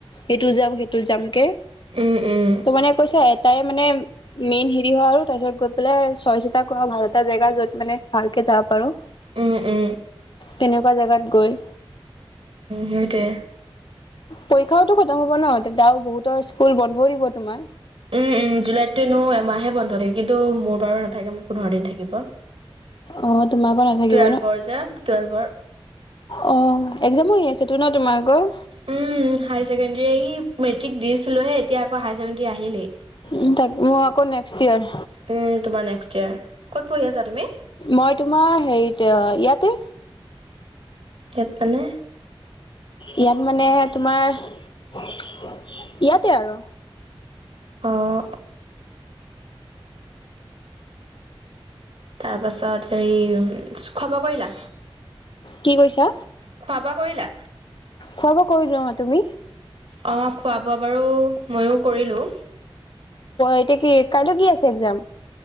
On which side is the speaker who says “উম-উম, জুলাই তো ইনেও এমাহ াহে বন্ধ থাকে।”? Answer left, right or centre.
Right